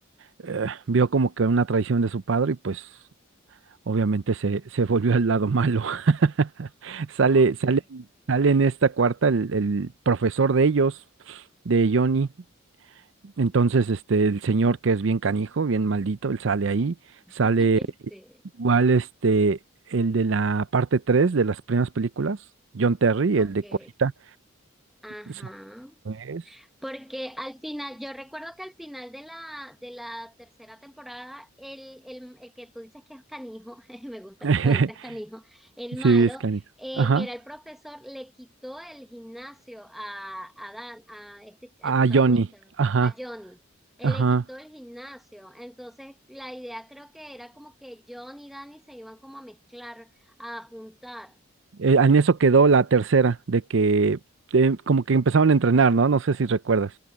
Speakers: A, on the right; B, in the centre.
A: eh, vio como que una traición de su padre y pues obviamente se, se volvió al lado malo. <laughs> Sale,
B: Ok.
A: sale, sale en esta cuarta el, el profesor de ellos, de Johnny. Entonces, este, el señor que es bien canijo, bien maldito, él sale ahí.
B: <laughs>
A: Sale
B: Sí,
A: igual este, el de la parte 3 de las primeras películas, John Terry,
B: ok.
A: el de Colita.
B: Ajá.
A: Ese es.
B: Porque al final, yo recuerdo que al final de la, de la tercera temporada, el, el, el que tú dices que es canijo, <laughs> me gusta
A: <laughs>
B: como dices canijo, el malo,
A: Sí, es canijo.
B: eh,
A: Ajá.
B: que era el profesor, le quitó el gimnasio a, a Dan, a este,
A: A
B: al protagonista,
A: Johnny. Ajá.
B: a Johnny. Él
A: Ajá.
B: le quitó el gimnasio. Entonces, la idea creo que era como que Johnny y Danny se iban como a mezclar, a juntar.
A: Eh, en eso quedó la tercera, de que eh, como que empezaban a entrenar, ¿no? No sé si recuerdas.